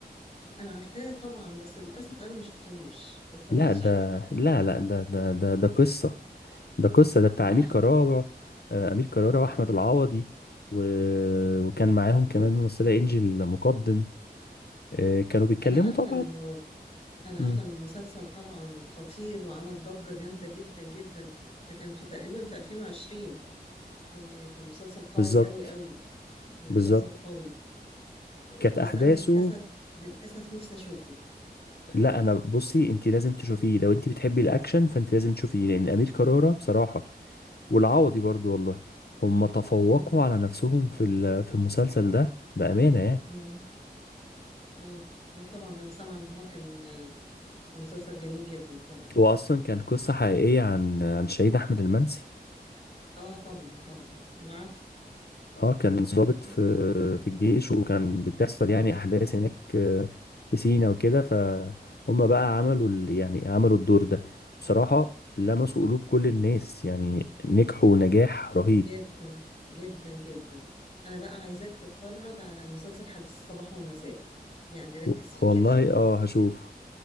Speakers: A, on the left; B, on the left.
A: انا عارفاه طبعا بس للاسف انا ما شفتهوش ما اتفرجتش
B: لا ده
A: عليه
B: لا لا ده ده ده ده قصة ده قصة ده بتاع
A: انا
B: أمير
A: عارفه
B: كرارة آه، أمير كرارة
A: اه
B: وأحمد العوضي و... وكان معاهم كمان ممثلة إنجي المقدم آه، كانوا بيتكلموا
A: انا عارفه
B: طبعا
A: انه انا
B: مم.
A: عارفه انه مسلسل طبعا خطير وعمل ضجه جامده جدا جدا ده كان في تقريبا في 2020 إيه كان مسلسل قوي
B: بالظبط
A: قوي قوي كان
B: بالظبط
A: مسلسل قوي إيه
B: كانت
A: بس
B: أحداثه
A: انا للاسف للاسف نفسي اشوفه
B: لا أنا بصي أنت لازم تشوفيه لو أنت بتحبي الأكشن فأنت لازم تشوفيه لأن أمير كرارة بصراحة والعوضي برضو والله هم تفوقوا
A: امم
B: على نفسهم في ال- في المسلسل ده بأمانة يعني
A: امم اه اه طبعا انا سامعه ان هو كان آه، مسلسل جميل جدا طبعا
B: هو اصلا كان قصه حقيقيه عن عن شهيد احمد المنسي
A: اه طبعا طبعا انا عارفه
B: اه كان ضابط
A: إيه.
B: في في الجيش وكان بتحصل يعني احداث هناك آه، في سينا وكده فهم بقى عملوا ال- يعني عملوا الدور ده بصراحه لمسوا قلوب كل الناس يعني نجحوا نجاح رهيب
A: جدا جدا جدا انا بقى عايزاك تتفرج على مسلسل حديث الصباح والمساء يعني ركز
B: و-
A: فيه
B: والله
A: كده
B: اه هشوف